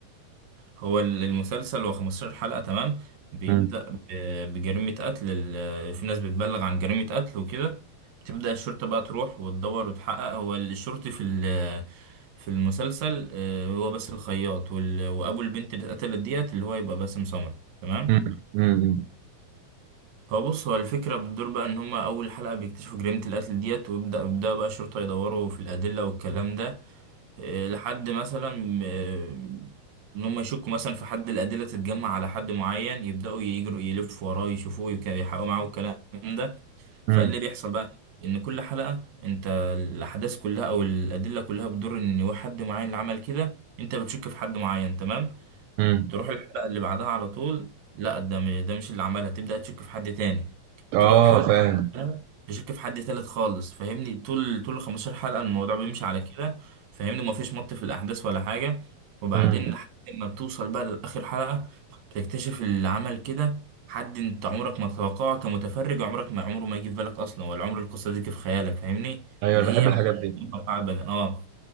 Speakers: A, on the right; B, on the right.
A: هو ال- المسلسل هو 15 حلقة تمام بيبدأ
B: امم
A: ب- بجريمة قتل ال- في ناس بتبلغ عن جريمة قتل وكده بتبدأ الشرطة بقى تروح وتدور وتحقق هو الشرطي في ال- في المسلسل آه، هو بس الخياط وال- وأبو البنت اللي اتقتلت ديت اللي هو يبقى باسم سمرة تمام
B: امم امم
A: هو بص هو الفكرة بتدور بقى إن هما أول حلقة بيكتشفوا جريمة القتل ديت ويبدأ بيبدأ بقى الشرطة يدوروا في الأدلة والكلام ده آه، لحد مثلا آه، ان هم يشكوا مثلا في حد الادله تتجمع على حد معين يبداوا يجروا يلفوا وراه يشوفوه يك- يحققوا معاه الكلام ده فاللي
B: امم
A: بيحصل بقى ان كل حلقه انت الاحداث كلها او الادله كلها بتدور ان هو حد معين اللي عمل كده انت بتشك في حد معين تمام
B: أمم.
A: تروح الحلقة اللي بعدها على طول لا ده م- ده مش اللي عملها تبدأ تشك في حد تاني
B: اه
A: تروح الحلقة
B: فاهم
A: اللي بعدها تشك في حد تالت خالص فاهمني طول طول 15 حلقة الموضوع بيمشي على كده فاهمني ومفيش مط في الأحداث ولا حاجة وبعدين
B: امم
A: لحد ما بتوصل بقى لآخر حلقة بتكتشف اللي عمل كده حد انت عمرك ما تتوقعه كمتفرج عمرك ما عمره ما يجي في بالك اصلا ولا عمر القصة دي جه في خيالك فاهمني
B: ايوه
A: اللي
B: انا بحب
A: هي عمرك
B: الحاجات دي
A: ما تتوقعها ابدا اه